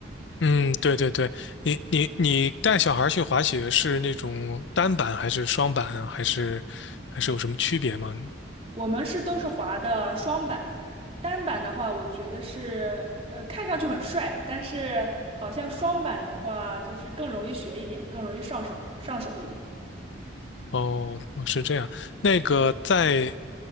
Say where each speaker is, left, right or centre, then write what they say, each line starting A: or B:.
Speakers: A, on the left; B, on the right.
A: 嗯，对对对，你你你带小孩儿去滑雪是那种单板还是双板啊，还是还是有什么区别吗？
B: 我们是都是滑的双板，单板的话，我觉得是呃看上去很帅，但是好像双板的话就是更容易学一点，更容易上手上手一点。
A: 哦哦是这样。那个在